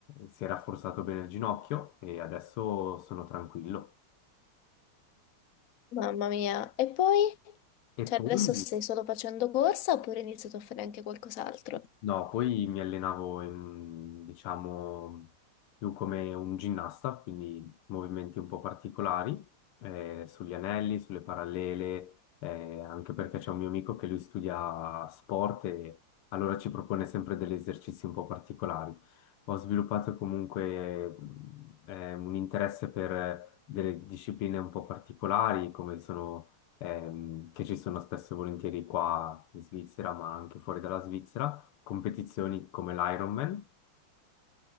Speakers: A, on the left; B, on the left.
A: Si è rafforzato bene il ginocchio e adesso sono tranquillo.
B: mamma mia. E poi?
A: E
B: Cioè,
A: poi,
B: adesso stai solo facendo corsa oppure hai iniziato a fare anche qualcos'altro?
A: No, poi mi allenavo in, diciamo, più come un ginnasta, quindi movimenti un po' particolari, eh, sugli anelli, sulle parallele, eh, anche perché c'è un mio amico che lui studia sport e allora ci propone sempre degli esercizi un po' particolari. Ho sviluppato comunque, mh, eh, un interesse per delle discipline un po' particolari, come sono, ehm, che ci sono spesso e volentieri qua in Svizzera, ma anche fuori dalla Svizzera competizioni come l'Ironman